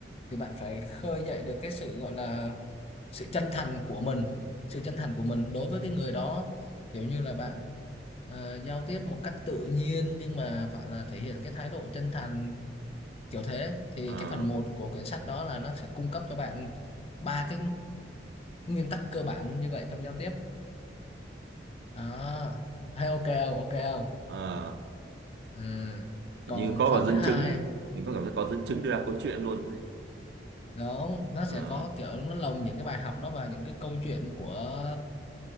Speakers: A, on the left (about 35°); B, on the right (about 60°).
A: thì bạn phải khơi dậy được cái sự gọi là sự chân thành của mình sự chân thành của mình đối với cái người đó kiểu như là bạn ờ, giao tiếp một cách tự nhiên nhưng mà phải là thể hiện cái thái độ chân thành kiểu thế thì
B: Ờ,
A: cái phần một của quyển sách đó là nó sẽ cung cấp cho bạn ba cái nguyên tắc cơ bản như vậy trong giao tiếp đó thấy ok không ok không
B: ờ.
A: ừ.
B: như
A: còn
B: có có
A: phần
B: dẫn
A: thứ hai
B: chứng mình có cảm giác có dẫn chứng đưa ra câu chuyện luôn
A: Đúng, nó sẽ
B: Ờ,
A: có kiểu nó lồng những cái bài học đó vào những cái câu chuyện của